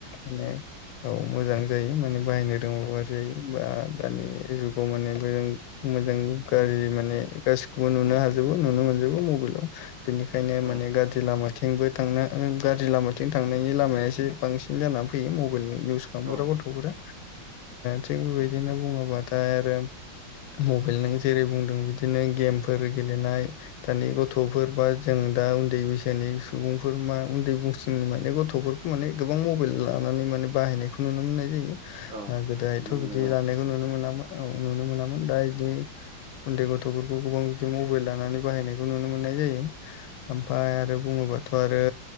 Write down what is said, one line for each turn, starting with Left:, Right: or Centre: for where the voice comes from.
Left: माने औ मोजां जायो माने बाहायनो रोंङाबा गाज्रि जायो बा दानि जुगाव मानि मोजां गाज्रि माने गासिखौबो नुनो
Right: औ
Left: हाजोबो नुनो मोनजोबो मबाइलाव। बेनिखायनो
Right: औ
Left: माने गाज्रि लामाथि। थिंबो थांनो गाज्रि लामाथिं थांनायनि लामाया एसे बांसिन जानानै फैयो मबाइल। इउस खालामग्रा
Right: औ
Left: गथ'फोरा थिग बेबायदिनो बुङोबाथाय आरो। मबाइल नो जेरै बुंदों बिदि। बिदिनो गेमफोर गेलेनाय दानि गथ'फोर बा जों दा उन्दै बैसोनि सुबुंफोर। मा उन्दै बैसोनि माने गथ'फोरखौ माने गोबां मबाइल लानानै माने बाहायनायखौ नुनो मोननाय जायो। ओ
Right: औ
Left: गोदोहाथ'
Right: नुनो मोनो
Left: बिदि
Right: औ
Left: लानायखौ नुनो मोनामोन औ नुनो मोनामोन दा बिदि। उन्दै गथ'फोरखौ गोबां बिदि मबाइल लानानै बाहायनायखौ नुनो मोननाय जायो ओमफ्राय आरो बुङोब्ला। थ आरो